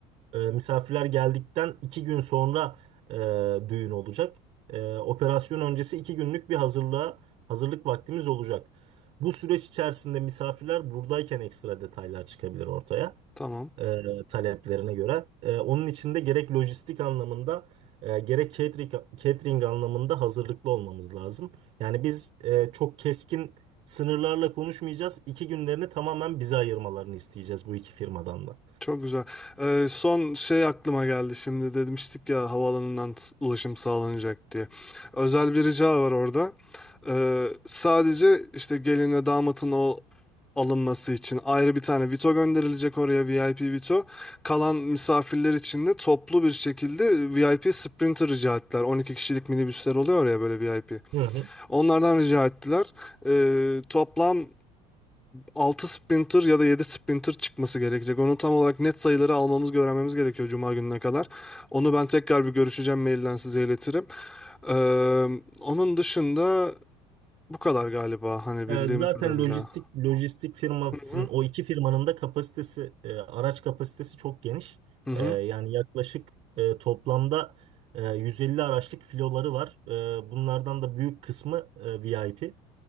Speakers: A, on the right (about 40°); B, in the centre.
A: e, misafirler geldikten iki gün sonra e, düğün olacak. E, operasyon öncesi iki günlük bir hazırlığa hazırlık vaktimiz olacak. Bu süreç içerisinde misafirler buradayken ekstra detaylar çıkabilir ortaya
B: Tamam.
A: e, taleplerine göre. E, onun için de gerek lojistik anlamında e, gerek catering, catering anlamında hazırlıklı olmamız lazım. Yani biz e, çok keskin sınırlarla konuşmayacağız. İki günlerini tamamen bize ayırmalarını isteyeceğiz bu iki firmadan da.
B: Çok güzel. Ee, son şey aklıma geldi şimdi demiştik ya havaalanından s- ulaşım sağlanacak diye. Özel bir rica var orada. Ee, sadece işte gelin ve damatın o alınması için ayrı bir tane Vito gönderilecek oraya VIP Vito. Kalan misafirler için de toplu bir şekilde VIP Sprinter rica ettiler. 12 kişilik minibüsler oluyor ya böyle VIP.
A: Hı hı.
B: Onlardan rica ettiler. Ee, toplam Altı sprinter ya da 7 sprinter çıkması gerekecek. Onu tam olarak net sayıları almamız, öğrenmemiz gerekiyor Cuma gününe kadar. Onu ben tekrar bir görüşeceğim, mailden size iletirim. Ee, onun dışında bu kadar galiba hani
A: E,
B: bildiğim
A: zaten
B: kadarıyla.
A: lojistik lojistik firmasının
B: Hı hı.
A: o iki firmanın da kapasitesi e, araç kapasitesi çok geniş.
B: Hı hı.
A: E, yani yaklaşık e, toplamda e, 150 araçlık filoları var. E, bunlardan da büyük kısmı e, VIP.